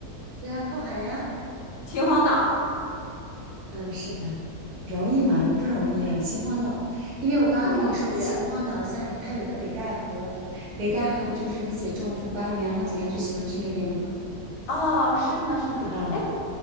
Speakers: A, on the right (about 75°); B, on the left (about 80°).
A: 对呀，靠海呀。
B: 秦皇岛。
A: 嗯，是的，容易吗？不容易啊！秦皇岛，因为我刚刚跟你说，
B: 不同意。
A: 秦皇岛下面它有个北戴河，北戴河不就是一些政府官员或怎样就喜欢去那边的嘛，
B: 啊，是呢，是呢。
A: 对吧？
B: 哎，